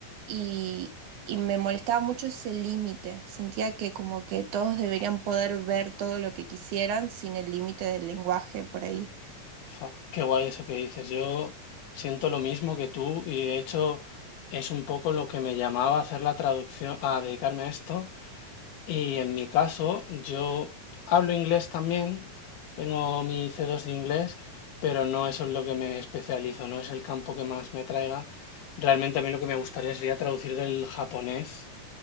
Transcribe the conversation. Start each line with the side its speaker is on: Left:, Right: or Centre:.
Right: y, y me molestaba mucho ese límite. Sentía que como que todos deberían poder ver todo lo que quisieran sin el límite del lenguaje por ahí.
Left: Fa- qué guay eso que dices. Yo siento lo mismo que tú y de hecho es un poco lo que me llamaba a hacer la traducción, a dedicarme a esto, Y en mi caso, yo hablo inglés también, tengo mi C2 de inglés, pero no eso es lo que me especializo, no es el campo que más me atraiga. Realmente a mí lo que me gustaría sería traducir del japonés,